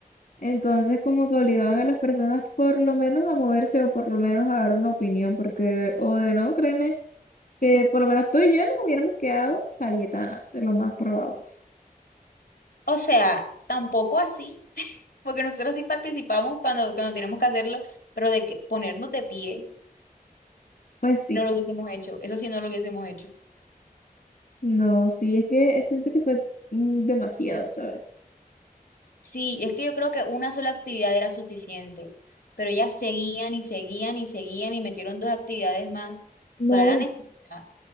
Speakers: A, on the left; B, on the left.
A: Entonces como que obligaban a las personas por lo menos a moverse o por lo menos a dar una opinión porque o de no, créeme que por lo menos tú y yo nos hubiéramos quedado cayetanas, es lo más probable.
B: O sea, tampoco así, porque nosotros sí participamos cuando, cuando tenemos que hacerlo, pero de que ponernos de pie,
A: Pues sí,
B: no lo hubiésemos hecho. Eso sí, no lo hubiésemos hecho.
A: no, sí, es que siento que fue mm, demasiado, ¿sabes?
B: Sí, es que yo creo que una sola actividad era suficiente, pero ellas seguían y seguían y seguían y metieron dos actividades más.
A: No,
B: ¿Cuál era la necesidad?